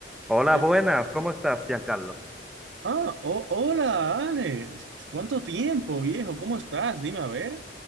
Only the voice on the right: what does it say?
Eh,
ah, ho- hola, Alex. ¿Cuánto tiempo, viejo? ¿Cómo estás? Dime, a ver.